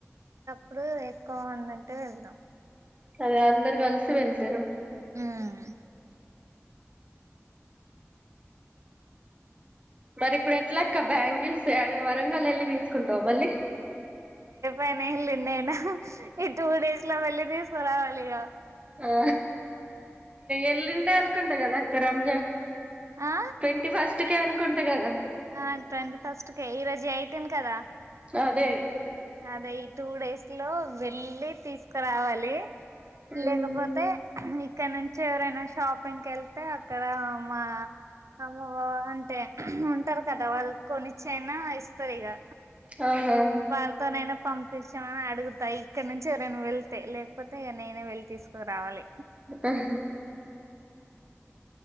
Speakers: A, on the right; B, on the right.
A: ఇప్పుడు ఎక్కువ ఉందంటే వెళ్తాం
B: అదే అందరు కలిసి వెళ్తారు
A: ఉమ్
B: మరి ఇప్పుడు ఎట్లా అక్కా బ్యాంగిల్స్ ఏడ వరకు మల్లి వెళ్ళి తీసుకుంటావు మళ్ళీ
A: పైన వెళ్ళిండు ఆయన ఈ టూ డేస్ లో వెళ్ళి తీసుకురావాలి ఇక
B: ఆ ఎల్లుండే అనుకుంటా కదా క్క రంజాన్
A: ఆ
B: ట్వంటీ ఫస్ట్ ఇట్టుకే అనుకుంట కదా
A: ఆ ట్వంటీ ఫస్ట్ కే ఈ ఈరోజు ఐ పెట్టింది కదా
B: అదే
A: అదే ఈ టూ డేస్ లో వెళ్ళి తీసు క రావాలి లేకపోతే
B: ఉమ్
A: ఇక్కడ నుంచి ఎవరైనా షాపింగ్కి ళ్తే తే అక్కడ మా అమ్మ బో అంటే ఉంటారు కదా వాళ్ళు కొన్నిచ్చి అయినా ఇస్ స్తరిగా
B: ఆహా
A: ఎవరితోనైనా పంపించామని అడుగుతా ఇక్కడ నుంచి ఎరైనా వెళ్తే లేకపోతే ఇక నేనే వెళ్లి తీసుకురావాలి
B: ఆహా